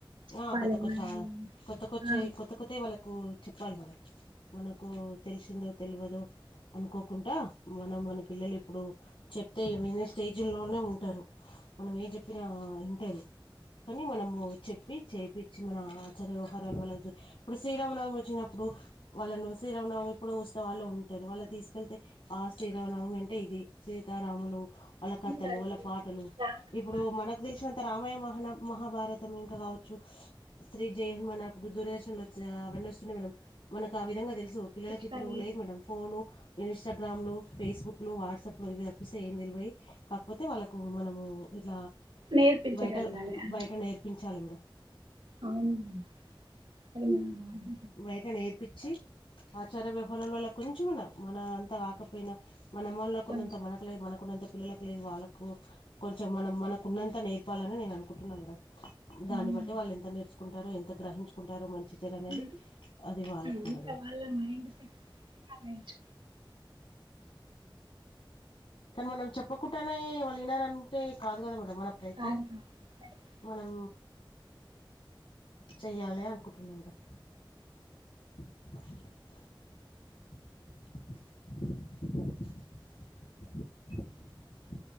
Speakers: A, on the right; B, on the left.
A: చెప్పాలి
B: ఆ కొత్త కొచ్చా
A: మనం
B: కొత్త కొచ్చే
A: ఆ
B: కొత్త కొత్త వాళ్ళలకు చె పాల్గొనారు మనకు తెలిసింది వాద్ తెలువదో అనుకోకుండాా మనం మన పిల్లలు ఇప్పుడు చెప్తే వినే స్టేజీ లోనే ఉంటారు మనం ఏ చెప్పినా వింటారు కానీ మనము చెప్ చేయిచ్చి మన ఆచార్య వ్యవహారాలు వాళ్ళ ఇప్పుడు శ్రీరామనవమి వచ్చినప్పుడు వాళ్ళను శ్రీరామనవమి ఇప్పుడు వస్తే వాళ్ళు ఉంటారు వాళ్ళు తీ క వెళ్తే ఆ శీరామనవమి అంటే ఇది సీత రాములు వాళ్ళ
A: రాముడు
B: కథలు
A: అంటే
B: వాళ్ళ పాటలు
A: రాముడు
B: ఇప్పుడు
A: ఎలా
B: మనకు తెలిసిన రామయ్య మహన మహాభారతం ఇంకా కావచ్చు శ్రీ జయహనుమన్ మనప్పుడు దూరదర్శన్ లో వ అవన్నీ వస్తున్నాయి మేడం మనకు ఆ విధంగా తెలు సు పిల్లలకి
A: కృష్ణలి
B: ఇప్పుడు లేదు మేడం ఫోను ఇన్స్టాగ్రామ్లు ఫేస్బుక్లు వాట్సాప్లు ఇవి తప్పిస్తే ఏం తెలివవి కాకపోతే వాళ్ళకు మనము ఇట్లా
A: నేర్పించగలగాలి
B: బయట
A: అదే
B: బయట నేర్పిం చాల మేడం
A: అవును మేడం అది మన బాధ్యత
B: బయటను నేర్పించి ఆచార వ్యవహారంలోలక్కరించి మన మన అంతా కాకపోయినా మనంమొలకునంత
A: కొంచెం
B: మనకలేదు మనకునంత పిల్లలకు లేదు వాళ్ళలకు కొంచెం మనం మనకు ఉన్నంత నేర్పాలని నేను అనుకుంటున్నాను మేడం దాన్ని
A: అవును
B: బట్టి వాళ్ళు ఎంత నేర్చుకుంటారో ఏమో గ్రహించుకుంటారు మంచి జర అనేది
A: మేడం ఉమ్, ఉమ్,
B: అది వాళ్ళకు
A: అంత
B: మేడం ఇగ
A: వాళ్ళ మైండ్ సెట్
B: కానీ మనం చెప్పకుంటడానే వాళ్ళు వినారంటే కాదు కద మన ప్రయత్నం
A: కాదు కాదు.
B: మనం చెయ్యాలి అనుకుంటున్నాం మేడం <inaudible>